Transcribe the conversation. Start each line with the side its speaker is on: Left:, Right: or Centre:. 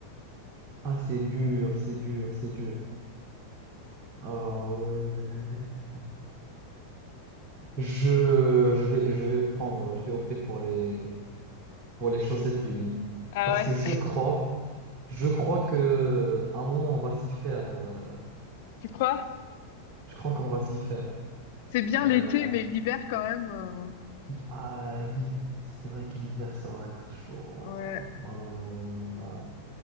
Right: Ah, c'est dur, c'est dur, c'est dur. Ah, ouais. Je, je vais, je vais prendre, je vais opter pour les, pour les chaussettes humides.
Left: Ah
Right: Parce
Left: ouais,
Right: que je crois, je crois que à un moment, on va s'y faire. euh,
Left: tu crois?
Right: je crois qu'on va s'y faire.
Left: C'est bien
Right: Euh,
Left: l'été, mais l'hiver quand même. euh,
Right: Ah, l'hiv- c'est vrai que l'hiver, ça va être chaud.
Left: Ouais.
Right: Euh,